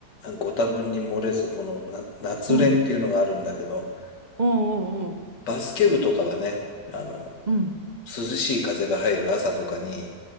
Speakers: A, on the left; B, on the right.
A: ご多分に漏れず、このな夏練っていうのがあるんだけど、
B: うん。うん。おうおうお
A: バスケ部とかはね、あの、
B: う。うん。
A: 涼しい風が入る朝とかに、